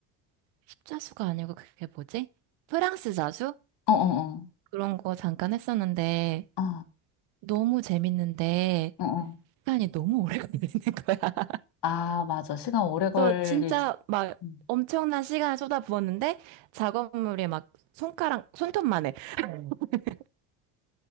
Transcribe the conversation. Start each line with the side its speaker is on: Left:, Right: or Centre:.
Right: 십자수가 아니고 그게 뭐지? 프랑스 자수?
Left: 어, 어, 어,
Right: 그런 거 잠깐 했었는데
Left: 어,
Right: 너무 재밌는데
Left: 어. 어.
Right: 시간이 너무 오래 걸리는 거야. <laughs>
Left: 아, 맞아. 시간 오래 걸리지.
Right: 그래서 진짜 막
Left: 음.
Right: 엄청난 시간을 쏟아부었는데 작업물이 막 손가락, 손톱만 해. <laughs>